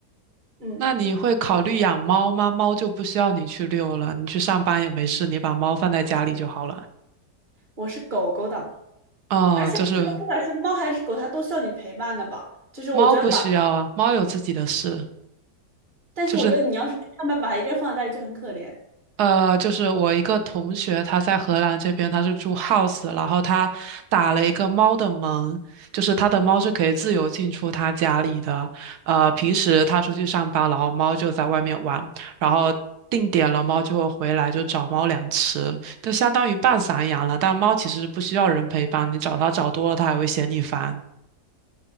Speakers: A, on the right; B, on the right.
A: 嗯，
B: 那你会考虑养猫吗？猫就不需要你去遛了，你去上班也没事，你把猫放在家里就好了。
A: 我是狗狗党，
B: 嗯，
A: 而且我觉得不管是猫还是狗，
B: 就是
A: 它都需要你陪伴的吧。就是我觉得把，
B: 猫不需要啊，猫有自己的事，
A: 但是我觉得你要是上班把它一个人放在家里就很可怜，
B: 就是呃，就是我一个同学，他在荷兰这边，他是住 house，然后他打了一个猫的门，就是他的猫是可以自由进出他家里的。呃，平时他出去上班，然后猫就在外面玩，然后定点了，猫就会回来就找猫粮吃，就相当于半散养了。但猫其实不需要人陪伴，你找它找多了，它还会嫌你烦。